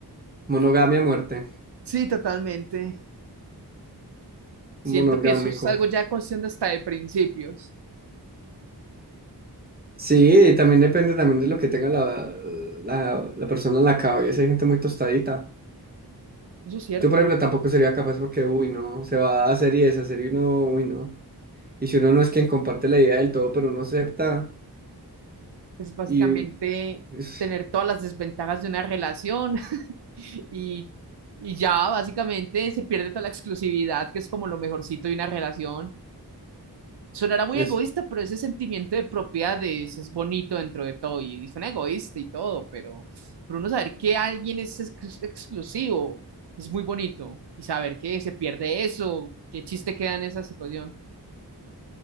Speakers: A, on the right; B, on the right.
A: Monogamia a muerte,
B: Sí, totalmente. Siento
A: monogámico.
B: que eso es algo ya cuestión de hasta de principios.
A: Sí, también depende también de lo que tenga la, la, la persona en la cabeza. Hay gente muy tostadita.
B: Eso es cierto.
A: Yo, por ejemplo, tampoco sería capaz porque, uy, no, se va a hacer y deshacer y uno, uy, no. Y si uno no es quien comparte la idea del todo, pero uno acepta,
B: Pues básicamente
A: y es-
B: tener todas las desventajas de una relación <laughs> y, y ya básicamente se pierde toda la exclusividad, que es como lo mejorcito de una relación. Sonará muy
A: eso,
B: egoísta, pero ese sentimiento de propiedad es, es bonito dentro de todo y suena egoísta y todo, pero, pero uno saber que alguien es ex- exclusivo es muy bonito y saber que se pierde eso, qué chiste queda en esa situación.